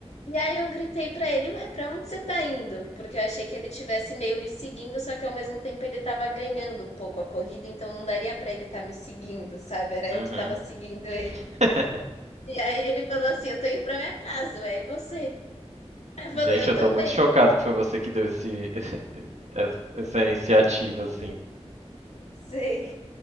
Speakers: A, on the left; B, on the right.
A: E aí eu gritei pra ele, ué, pra onde você tá indo? Porque eu achei que ele tivesse meio me seguindo, só que ao mesmo tempo ele tava ganhando um pouco a corrida, então não daria pra ele estar tá me seguindo, sabe? Era
B: Uhum.
A: eu que tava seguindo ele.
B: <laughs>
A: E aí ele falou assim, eu tô indo pra minha casa, ué, e você? Aí eu falei,
B: Gente,
A: eu
B: eu
A: também.
B: tô muito chocado que foi você que deu esse, <laughs> essa, essa iniciativa, assim.
A: Sim.